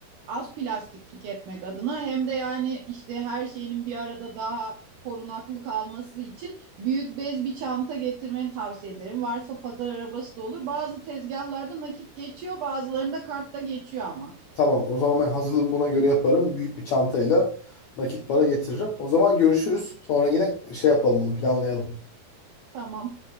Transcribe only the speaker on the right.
az plastik tüketmek adına hem de yani işte her şeyinin bir arada daha korunaklı kalması için büyük bez bir çanta getirmeni tavsiye ederim. Varsa pazar arabası da olur. Bazı tezgahlarda nakit geçiyor, bazılarında kartta geçiyor ama.
Tamam.